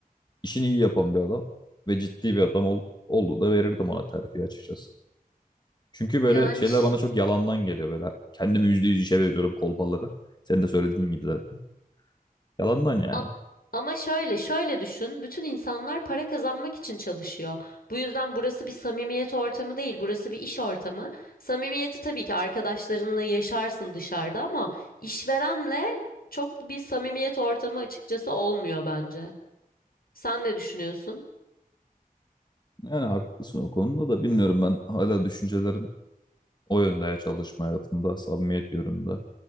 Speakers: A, on the left (about 30°); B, on the left (about 75°).
A: işini iyi yapan bir adam ve ciddi bir adam ol, olduğu da verirdim ona terfi açıkçası. Çünkü böyle
B: Yani
A: şeyler
B: ş-
A: bana çok yalandan geliyor böyle. Kendimi yüzde yüz işe veriyorum kolpaları. Senin de söylediğin gibi zaten. Yalandan yani.
B: A- Ama şöyle, şöyle düşün. Bütün insanlar para kazanmak için çalışıyor. Bu yüzden burası bir samimiyet ortamı değil, burası bir iş ortamı. Samimiyeti tabii ki arkadaşlarınla yaşarsın dışarıda ama işverenle çok bir samimiyet ortamı açıkçası olmuyor bence. Sen ne düşünüyorsun?
A: Yani haklısın o konuda da bilmiyorum ben hala düşüncelerim o yönde ya çalışma hayatında, samimiyet yönünde.